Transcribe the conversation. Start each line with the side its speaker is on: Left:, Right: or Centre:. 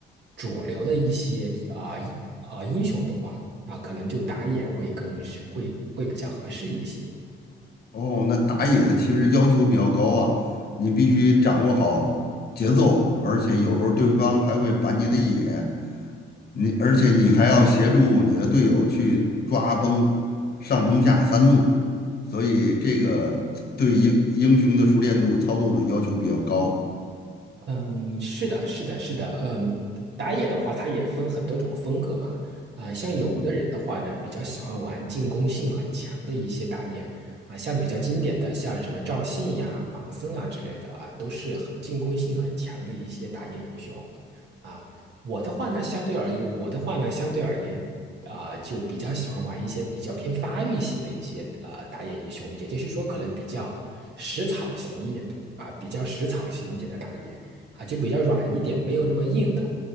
Right: 主流的一些啊啊、英雄的话。啊，可能就打野会更会会比较合适一些。
Left: 哦，那打野的其实要求比较高啊，你必须掌握好节奏，而且有时候对方还会板你的野，你而且你还要协助你的队友去抓崩上中下三路，所以这个对英英雄的熟练度、操作的要求比较高。
Right: 嗯，是的，是的，是的，嗯，打野的话，它也分很多种风格嘛，啊、像有的人的话呢，
Left: 嗯，
Right: 比较喜欢玩进攻性很强的一些打野，啊、像比较经典的，像什么赵信呀、盲僧啊之类的啊，都是很进攻性很强的一些打野英雄，啊，我的话呢，相对而言，我的话呢，相对而言，啊、就比较喜欢玩一些比较偏发育型的一些呃打野英雄，也就是说，可能比较食草型一点的啊、比较食草型一点的打野。啊，就比较软一点，没有那么硬的